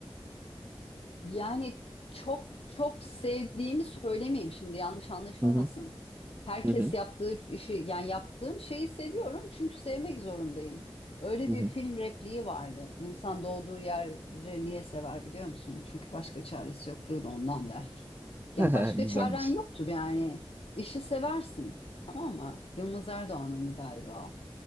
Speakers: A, on the left (about 80°); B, on the right (about 20°).
A: Yani çok çok sevdiğimi söylemeyeyim şimdi yanlış anlaşılmasın.
B: Hı hı.
A: Herkes
B: Hı hı.
A: yaptığı işi yani yaptığım şeyi seviyorum çünkü sevmek zorundayım. Öyle
B: Hı
A: bir
B: hı.
A: film repliği vardı. İnsan doğduğu yeri niye sever biliyor musun? Çünkü başka çaresi yoktur da ondan der. Yani
B: <laughs>
A: başka
B: Güzelmiş.
A: çaren yoktur yani. İşi seversin. Tamam mı? Yılmaz Erdoğan'ındı galiba.